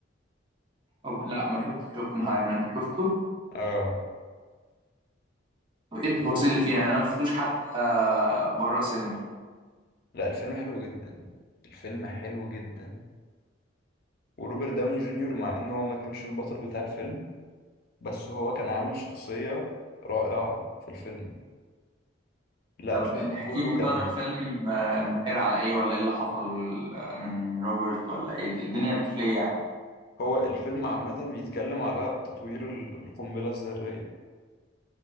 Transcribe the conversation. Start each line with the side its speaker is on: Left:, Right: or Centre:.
Right: أو- لا ما شفتش اوبنهايمر أنت شفته؟
Left: اه
Right: طب ايه التفاصيل
Left: فيلم-
Right: اللي فيه يعني انا ما شفتوش حتى آه، بره السينما
Left: لا الفيلم حلو جدا الفيلم حلو جدا وروبرت داوني جونيور مع ان هو ما كانش البطل بتاع الفيلم بس هو كان عامل شخصية رائعة في الفيلم لا
Right: طب
Left: الفيلم
Right: احكي
Left: كله
Right: لي
Left: كان
Right: طيب الفيلم آه، داير على ايه ولا ايه اللي حصل آه، من روبرت ولا ايه الدنيا بتقول ايه يعني
Left: هو الفيلم عامة بيتكلم على تطوير ال- القنبلة الذرية